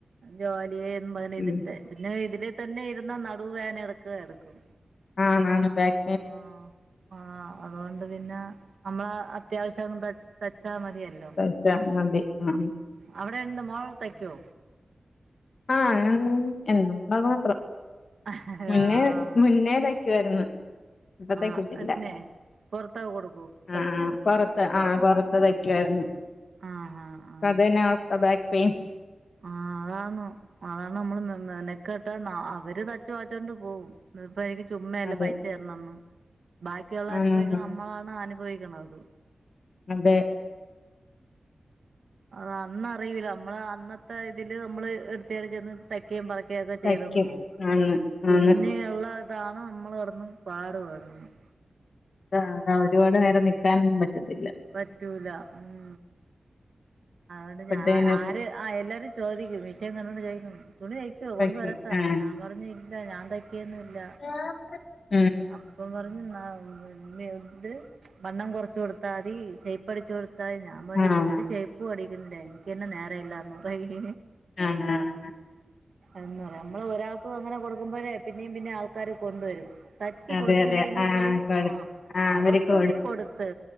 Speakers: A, on the right; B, on the left.
A: ജോലി എന്ന് പറ്ഞ്ഞു ഇതിത്തെ
B: ഉം
A: പിന്നെ ഇതില് തന്നെ ഇര്ന്ന നടു വേദന എട്ക്കും എട്ക്കും
B: ആഹ് നാ ബാഗ്
A: ആഹ് ആഹ് അതുകൊണ്ട് പിന്ന നമ്മളാ അത്യാവശ്യം തച്ചാ മതിയല്ലൊ
B: വെച്ച മതി ആഹ്
A: അവടെന്ത മോള് തയ്ക്കൊ
B: ആഹ് ഞ എന്ന അത് മാത്രം
A: ആഹ്
B: മുന്നേ മുന്നേത തയ്ക്കുവാരുന്നു ഇപ്പതയ്ക്കതില്ല
A: ആഹ് അന്നെ പൊറത്താ കൊടുക്കൂ തച്ച്
B: ആഹ് ആഹ് പൊറ്ത്ത് നിക്കുവായിരുന്നു
A: ആഹ് ആഹ് ആഹ്
B: അ അതെന്നെ അവസ്ഥ ബാക്ക് പെയിൻ
A: ആഹ് അതാണൊ അതാണ് നമ്മള് മെനക്കെട്ട ന്ന അവര് തച്ച് വാച്ചോണ്ട് പോകും ഇപ്പോ എനിക്ക് ചുമ്മ അല്ലെ
B: അതെ
A: പൈസ തരണംന്ന് ബാക്കിയുള്ള
B: ആണാണ്
A: അനുഭവിക്ക്ണ നമ്മളാണ് അനുഭവിക്ക്ണത്
B: അതെ
A: ആഹ് അന്നറിയൂല നമ്മള് അന്ന ഇതില് നമ്മള് ഇട്ത്താടി ചെന്ന് തയ്ക്കെം ബാക്കിയാക
B: തയ്ക്കും.
A: ചെയ്തങ്ങ് പോകും
B: ആണ്
A: പിന്നെയള്ളതാണ്
B: ആണ്
A: നമ്മൾ കെടന്ന് പാടുപെടുന്നത്
B: ആഹ് ഒരുപാട് നേരം നിക്കാൻ പറ്റത്തില്ല
A: പറ്റൂല ഉം അതുകൊണ്ട്
B: അപ്പഴത്തേനും
A: ഞാ ആര് ആഹ് എല്ലാരും ചോദിക്കും വിഷയം കണ്ടോണ്ട് ചോദിക്കും തുണി കൈക് ക്കെയോ
B: തയ്ക്കും
A: കൊണ്ട് വരട്ട
B: ആഹ്
A: ഞാൻ പറഞ്ഞ് ഇല്ല ഞാൻ തയ്ക്കേന്നുല്ല
B: ങ്ങളെ ഫ്രണ്ട്
A: അപ്പം പറ ഉം ആഹ് ഇത് വണ്ണം കുറച്ച് കൊടുത്താ മതി ഷേപ്പടിച്ച് കൊടുത്താ ഞാൻ അമ്മാ ഞാൻ
B: ആഹ്
A: ഒരു ഷേപ്പും അടിക്ക്ണില്ലേ എനിക്കയ്ന് നേരല്ലന്ന്റയും
B: ആഹ്
A: എന്നാറിയാ നമ്മള് ഒരാൾക്ക് അങ്ങനെ കൊടുക്കുമ്പോഴേ പിന്നേ പിന്നേ ആൾക്കാര് കൊണ്ടുവരും തയ്ച്ച്
B: അതെ
A: കൊടുത്തില്ലെങ്കിൽ
B: അതെ ആഹ്
A: പറയും
B: കൊടു
A: ആഹ്
B: ആഹ്
A: അവർക്ക്
B: അവര്ക്ക്
A: നീ കൊടുത്ത്